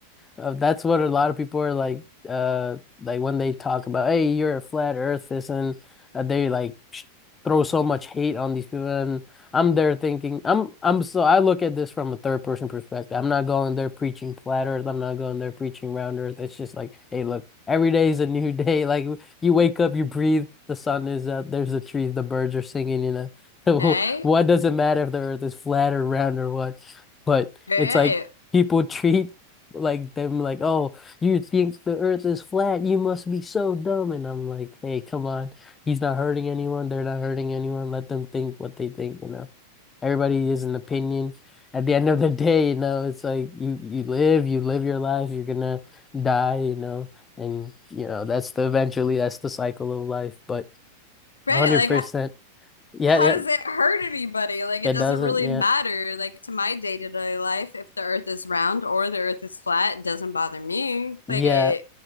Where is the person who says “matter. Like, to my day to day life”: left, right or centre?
Left